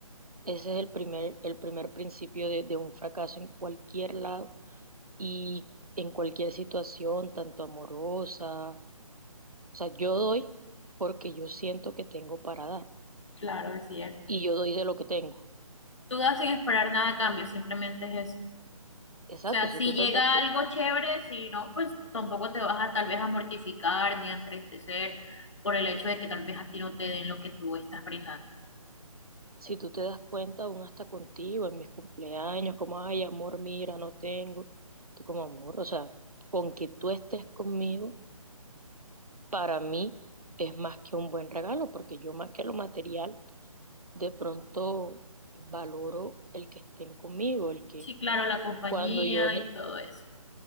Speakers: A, on the right; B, on the left.
A: ese es el primer, el primer principio de, de un fracaso en cualquier lado y en cualquier situación, tanto amorosa. O sea, yo doy porque yo siento que tengo para dar
B: Claro, es cierto.
A: y yo doy de lo que tengo.
B: Tú das sin esperar nada a cambio, simplemente es eso.
A: Exacto,
B: O sea,
A: si
B: si
A: tú te
B: llega
A: has dado cu-
B: algo chévere, si no, pues tampoco te vas a tal vez a mortificar ni a entristecer por el hecho de que tal vez a ti no te den lo que tú estás brindando.
A: Si tú te das cuenta, aún hasta contigo, en mis cumpleaños, como, ay, amor, mira, no tengo. Tú como amor, o sea, con que tú estés conmigo, para mí es más que un buen regalo, porque yo más que lo material, de pronto valoro el que estén conmigo, el que
B: Sí, claro, la compañía
A: cuando yo, ne-
B: y todo eso,